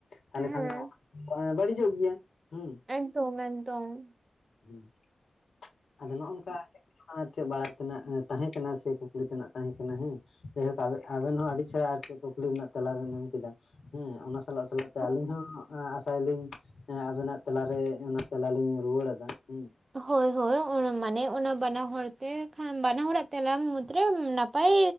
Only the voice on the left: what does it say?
ᱛᱟᱦᱞᱮ
ᱠᱷᱟᱱ ᱫᱚ ᱵᱟᱹᱲᱤᱡᱚᱜ ᱜᱮᱭᱟ ᱦᱮᱸ,
ᱦᱩᱸ, ᱟᱫᱚ ᱱᱚᱜᱼᱚ ᱱᱚᱝᱠᱟ ᱟᱨ ᱪᱮᱫ ᱵᱟᱲᱟᱭ ᱛᱮᱱᱟᱜ ᱛᱟᱦᱮᱸ ᱠᱟᱱᱟ ᱥᱮ ᱠᱩᱠᱞᱤ ᱛᱮᱱᱟᱜ ᱛᱟᱦᱮᱸ ᱠᱟᱱᱟ ᱦᱮᱸ, ᱡᱟᱭᱦᱳᱠ ᱟᱵᱮ ᱟᱵᱮᱱ ᱦᱚᱸ ᱟᱹᱰᱤ ᱪᱮᱦᱨᱟ ᱟᱨ ᱪᱮᱫ ᱠᱩᱠᱞᱤ ᱨᱮᱱᱟᱜ ᱛᱮᱞᱟ ᱵᱮᱱ ᱮᱢ ᱠᱮᱫᱟ, ᱦᱮᱸ ᱚᱱᱟ ᱥᱟᱞᱟᱜ ᱥᱟᱞᱟᱜ ᱛᱮ
ᱟᱹᱞᱤᱧ ᱦᱚᱸ ᱟᱥᱟᱭᱟᱞᱤᱧ ᱦᱮᱸ ᱟᱵᱮᱱᱟᱜ ᱛᱮᱞᱟᱨᱮ ᱚᱱᱟ ᱛᱮᱞᱟ ᱞᱤᱧ ᱨᱩᱣᱟᱹᱲᱫᱟ ᱦᱮᱸ,